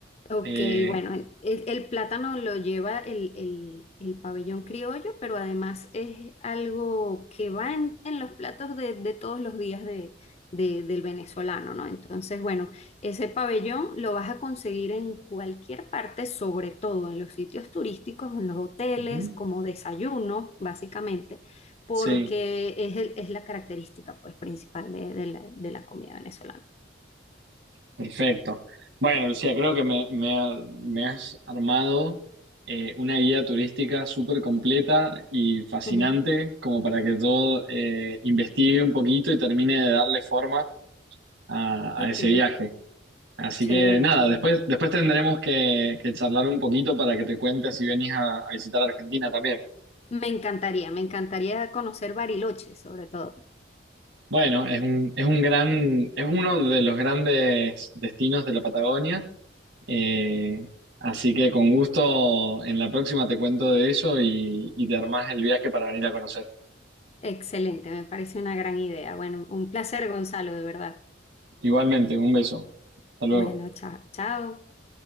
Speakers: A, on the left; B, on the right.
A: Ok,
B: Eh,
A: bueno, el, el plátano lo lleva el, el- el pabellón criollo, pero además es algo que va en, en los platos de, de todos los días de- de- del venezolano, ¿no? Entonces, bueno, ese pabellón lo vas a conseguir en cualquier parte, sobre todo en los sitios turísticos, en los hoteles,
B: ujú,
A: como desayuno, básicamente, porque
B: sí.
A: es, el- es la característica, pues, principal de, de la, de la comida venezolana.
B: Perfecto. Bueno, Lucía, creo que me, me ha- me has armado eh, una guía turística súper completa y fascinante,
A: <laughs>
B: como para que yo eh, investigue un poquito y termine de darle forma a,
A: Ok,
B: a ese viaje. Así
A: chévere,
B: que nada,
A: chévere.
B: después, después tendremos que, que charlar un poquito para que te cuentes si venís a, a visitar Argentina también.
A: Me encantaría, me encantaría conocer Bariloche, sobre todo.
B: Bueno, es un, es un gran, es uno de los grandes destinos de la Patagonia. Eh, así que con gusto en la próxima te cuento de eso y, y te armás el viaje para venir a conocer.
A: Excelente, me parece una gran idea. Bueno, un placer, Gonzalo, de verdad.
B: Igualmente, un beso. Hasta luego.
A: Bueno, chao, chao.